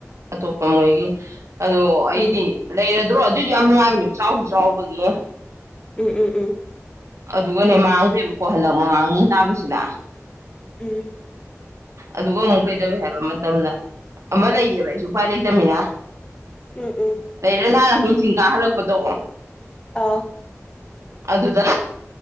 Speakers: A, on the right; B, on the left.
A: ꯑꯇꯣꯞꯄ ꯃꯣꯏꯒꯤ ꯑꯗꯣ ꯑꯩꯗꯤ
B: ꯎꯝ
A: ꯂꯩꯔ ꯑꯗꯨ꯭ꯔꯣ ꯑꯗꯨꯏꯗꯤ ꯌꯥꯝ ꯅꯨꯡꯉꯥꯏꯕꯅꯦ ꯆꯥꯎꯁꯨ ꯆꯥꯎꯕꯒꯤ
B: ꯎꯝ ꯎꯝ ꯎꯝ
A: ꯑꯗꯨꯒꯅꯦ ꯃꯥꯡꯗ꯭ꯔꯦꯕꯀꯣ ꯍꯟꯗꯛ ꯃꯃꯥꯡ ꯇꯥꯕꯁꯤꯗ
B: ꯎꯝ
A: ꯑꯗꯨꯒ ꯑꯃꯨꯛ ꯀꯩꯗꯧꯏ ꯍꯥꯏꯕ ꯃꯇꯝꯗ ꯑꯃ ꯂꯩꯔꯤꯑꯕ ꯑꯩꯁꯨ ꯎꯄꯥꯏ ꯂꯩꯇꯅꯤꯅ
B: ꯎꯝ ꯎꯝ
A: ꯄꯔ ꯂ ꯆꯤꯡ ꯀꯥ ꯍꯜꯂꯛꯄꯗꯣ
B: ꯑ
A: ꯑꯗꯨꯗ